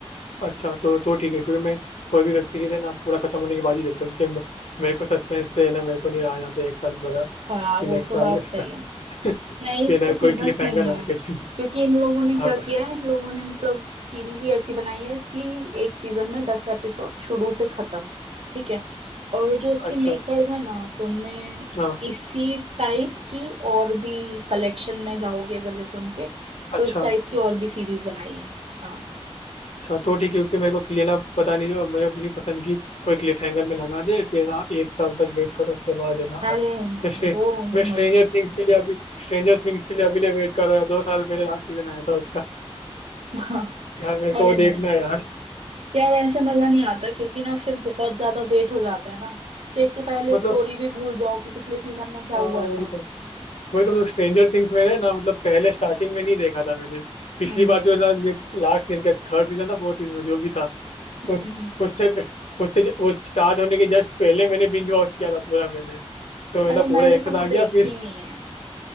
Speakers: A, on the left; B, on the right.
A: अच्छा तो तो ठीक है क्योंकि मैं कोई भी वेब सीरीज है ना पूरा खत्म होने के बाद ही देखता हूँ क्योंकि मैं मेरे को सस्पेंस से है ना मेरे को नहीं रहा जाता एक साल पूरा
B: हाँ
A: कि
B: वो
A: नेक्स्ट
B: तो
A: साल
B: बात
A: इसका
B: सही है
A: <laughs>
B: नहीं
A: बिना
B: इसके सीजन्स
A: कोई क्लिप हैंगर
B: नहीं
A: लगा
B: है
A: के चले
B: क्योंकि इन लोगों ने क्या
A: हाँ को-
B: किया है इन लोगों ने मतलब सीरीज ही ऐसी बनाई है कि एक सीजन में दस एपिसोड शुरू से खत्म ठीक है और जो उसके
A: अच्छा
B: मेकर्स हैं ना तो उनने
A: हाँ
B: इसी टाइप की और भी कलेक्शन में जाओगे अगर जैसे उनके तो
A: अच्छा
B: इस टाइप की और भी सीरीज बनाई है हाँ
A: अच्छा तो ठीक है क्योंकि मेरे को क्लियर ना पता नहीं जो मैं अपनी पसंद की कोई क्लिप हैंगर में लगा दे फिर ना एक साल तक वेट करो उसके बाद है ना
B: अरे
A: आए
B: नहीं
A: मैं स्ट्रे-
B: वो
A: मैं
B: मजा
A: स्ट्रेंजर
B: नहीं
A: थिंग्स के लिए अभी स्ट्रेंजर थिंग्स के लिए अभी लिए वेट कर रहा है दो साल मेरे लास्ट सीजन आया था उसका
B: आता <laughs> हाँ
A: यार मेरे को
B: अरे
A: वो
B: नहीं
A: देखना है यार
B: यार ऐसे मजा नहीं आता क्योंकि ना फिर बहुत ज्यादा वेट हो जाता है ना तो एक तो पहले
A: मतलब
B: स्टोरी भी भूल जाओ कि पिछले सीजन में क्या
A: हाँ
B: हुआ
A: वही
B: था
A: तो वही तो मतलब स्ट्रेंजर थिंग्स मैंने ना मतलब पहले स्टार्टिंग में नहीं देखा था मैंने पिछली
B: हम्म
A: बार जो लास्ट सीजन का थर्ड सीजन था फोर्थ सीजन था जो भी था
B: हम्म
A: उस
B: हम्म हम्म।
A: उससे उससे वो स्टार्ट होने के जस्ट पहले मैंने बिंज वॉच किया था पूरा मैंने तो मतलब
B: अरे
A: पूरा
B: मैंने
A: एक
B: तो
A: साथ
B: वो
A: आ गया
B: देखी
A: फिर
B: नहीं है